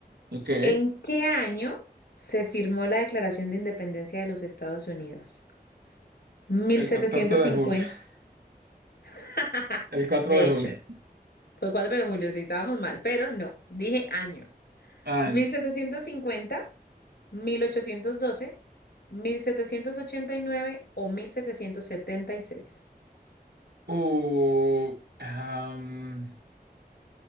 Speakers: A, on the right; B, on the left.
A: Ok.
B: ¿En qué año se firmó la Declaración de Independencia de los Estados Unidos? Mil
A: El
B: setecientos
A: 14 de
B: cincuenta.
A: julio. <laughs>
B: <laughs>
A: El 4
B: De
A: de julio.
B: hecho, fue 4 de julio, si estábamos mal, pero no, dije año.
A: Año.
B: mil mil mil setecientos setecientos cincuenta mil ochocientos doce mil setecientos ochenta y nueve o mil mil setecientos setenta y seis
A: Uh, am,